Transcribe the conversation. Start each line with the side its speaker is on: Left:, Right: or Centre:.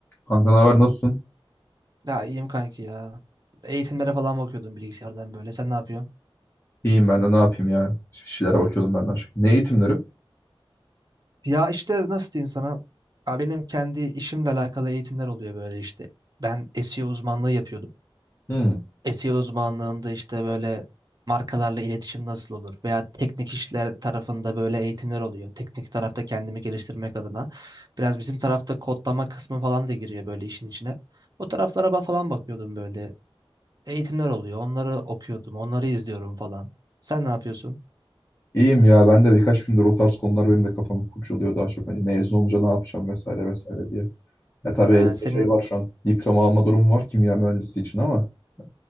Left: Kanka ne haber nasılsın?
Right: Ya iyiyim kanki ya. Eğitimlere falan bakıyordum bilgisayardan böyle. Sen ne yapıyorsun?
Left: İyiyim ben de ne yapayım ya. Bir şeylere bakıyordum ben de aşk. Ne eğitimleri?
Right: Ya işte nasıl diyeyim sana? Ya benim kendi işimle alakalı eğitimler oluyor böyle işte. Ben SEO uzmanlığı yapıyordum.
Left: Hmm.
Right: SEO uzmanlığında işte böyle markalarla iletişim nasıl olur veya teknik işler tarafında böyle eğitimler oluyor. Teknik tarafta kendimi geliştirmek adına. Biraz bizim tarafta kodlama kısmı falan da giriyor böyle işin içine. O taraflara ba- falan bakıyordum böyle. Eğitimler oluyor. Onları okuyordum. Onları izliyorum falan. Sen ne yapıyorsun?
Left: İyiyim ya ben de birkaç gündür o tarz konular benim de kafamı kurcalıyor daha çok. Hani mezun olunca ne yapacağım vesaire vesaire diye. Ya tabii
Right: Ha,
Left: elimde
Right: senin
Left: şey var şu an. Diploma alma durumu var kimya mühendisi için ama e,